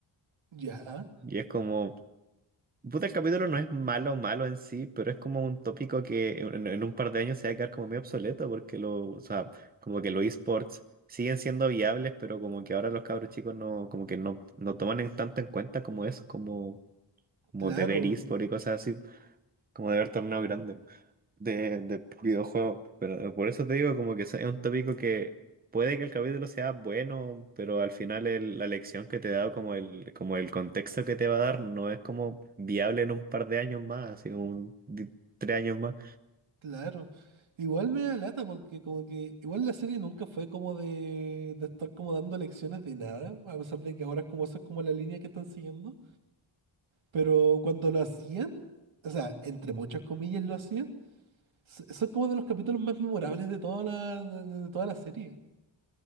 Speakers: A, on the right; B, on the right.
A: Ya,
B: Y es como, Puta, el capítulo no es malo malo en sí, pero es como un tópico que en, en un par de años se va a quedar como medio obsoleto porque lo, o sea, como que los esports siguen siendo viables, pero como que ahora los cabros chicos no, como que no, no toman en tanto en cuenta como eso, como, como
A: claro,
B: de ver esports y cosas así, como de ver torneos grandes de, de videojuegos. Pero por eso te digo como que es un tópico que puede que el capítulo sea bueno, pero al final el- la lección que te da, como el, como el contexto que te va a dar, no es como viable en un par de años más, así como un, di- tres años más.
A: claro. Igual me da lata porque como que igual la serie nunca fue como de, de estar como dando lecciones de nada, a pesar de que ahora es como esa es como la línea que están siguiendo. Pero cuando lo hacían, o sea, entre muchas comillas lo hacían, s- son como de los capítulos más memorables de toda la, de de- de toda la serie.